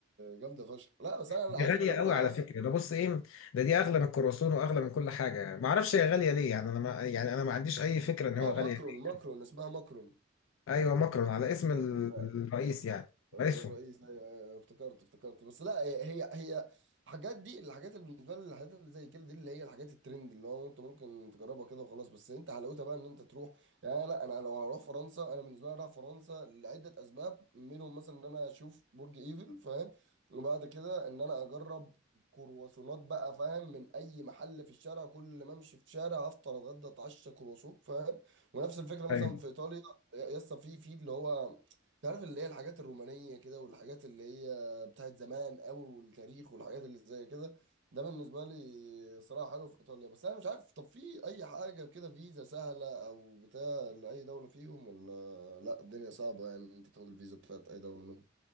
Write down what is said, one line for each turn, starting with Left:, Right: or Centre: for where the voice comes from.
Right: جامده فشخ لا بس انا
Left: دي
Right: أنا عايز
Left: غاليه
Right: اجربه
Left: قوي
Right: العادي
Left: على فكره ده بص ايه ده دي اغلى من الكرواسون واغلى من كل حاجه ما اعرفش هي غاليه ليه يعني انا ما يعني انا ما عنديش اي فكره ان هو
Right: اه
Left: غاليه
Right: ماكرون
Left: ليه
Right: ماكرون اسمها ماكرون
Left: ايوه ماكرون على اسم ال-
Right: ماكرون
Left: الرئيس يعني رئيسهم
Right: الرئيس أيوة، أيوة، افتكرت افتكرت بس لا هي هي هي الحاجات دي الحاجات اللي بالنسبه لي الحاجات اللي زي كده دي اللي هي الحاجات الترند اللي هو انت ممكن تجربها كده وخلاص بس انت حلاوتها بقى ان انت تروح يعني لا انا لو هروح فرنسا انا بالنسبه لي رايح فرنسا لعده اسباب منهم مثلا ان انا اشوف برج ايفل فاهم وبعد كده ان انا اجرب كرواسونات بقى فاهم من اي محل في الشارع كل ما امشي في شارع افطر اتغدى اتعشى كرواسون فاهم ونفس الفكره مثلا
Left: أيوة.
Right: في ايطاليا يسطا في في اللي هو تعرف اللي هي الحاجات الرومانية كده والحاجات اللي هي بتاعت زمان قوي والتاريخ والحاجات اللي زي كده ده بالنسبة لي صراحة حلو في إيطاليا بس أنا مش عارف طب في أي حاجة كده فيزا سهلة أو بتاع لأي دولة فيهم ولا لأ الدنيا صعبة يعني أنت تاخد الفيزا بتاعت أي دولة منهم